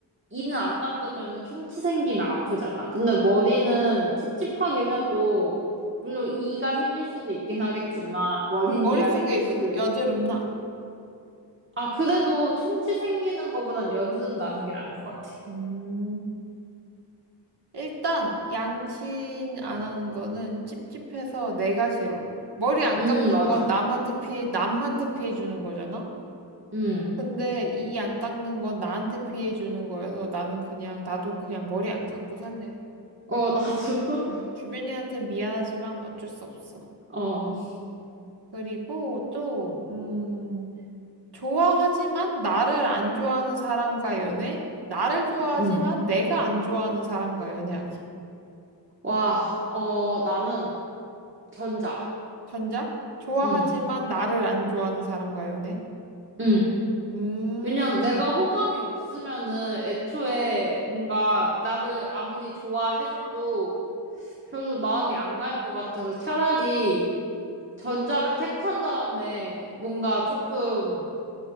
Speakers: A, on the right; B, on the right.
A: 이는 안 닦으면 충치 생기면 아프잖아. 근데 머리는 찝찝하긴 해도, 물론 이가 생길 수도 있긴 하겠지만, 머린
B: 머릿속에
A: 이가 생길 수도,
B: 여,
A: 있...
B: 여드름 나.
A: 아, 그래도 충치 생기는 것보단 여드름 나는 게 나은 것 같아.
B: 음. 일단 양치 안 하는 거는 찝찝해서 내가 싫어. 머리 안
A: 음,
B: 감는
A: 맞아.
B: 건 남한테 피해, 남한테 피해 주는 거잖아?
A: 음.
B: 근데 이 안 닦는 건 나한테 피해 주는 거여서 나는 그냥, 나도 그냥 머리 안 감고 살래.
A: 어, 나도. <laughs>
B: 음, 주변인한테 미안하지만 어쩔 수 없어.
A: 어,
B: 그리고 또, 음, 좋아하지만 나를 안 좋아하는 사람과 연애? 나를 좋아하지만
A: 음.
B: 내가 안 좋아하는 사람과 연애하기.
A: 와, 어, 나는 전자.
B: 전자? 좋아하지만
A: 음.
B: 나를 안 좋아하는 사람과 연애?
A: 음.
B: 음.
A: 왜냐면 내가 호감이 없으면은 애초에 뭔가 나를 아무리 좋아해줘도 별로 마음이 안 갈 것 같아서 차라리 전자를 택한 다음에 뭔가 조금